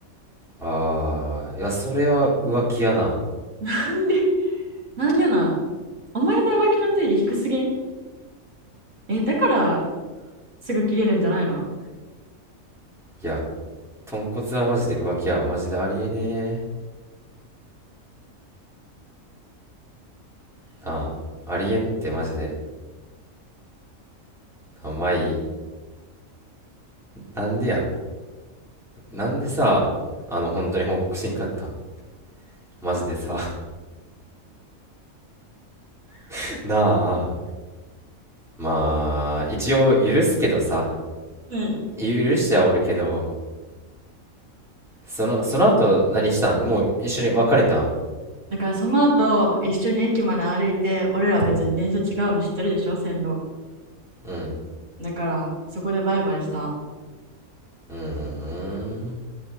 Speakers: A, in the centre; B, on the right (about 60°).
A: あー、いや、それは浮気やな。
B: <laughs> なんで、なんでなんお前の浮気の定義低すぎんえ、だからすぐ切れるんじゃないの
A: いや、豚骨はマジで浮気やわ。マジでありえねえ。なあ、ありえんってマジで。あ、まあいい。なんでや。なんでさ、あの、本当に報告しんかったんマジでさ <laughs> なあまあ一応許すけどさ
B: うん。
A: 許してはおるけどそのその後何したんもう一緒に別れたん
B: だからその後、一緒に駅まで歩いて、俺らは別に電車違うの知ってるでしょ、線路。
A: うん
B: だから、そこでバイバイした。
A: うーん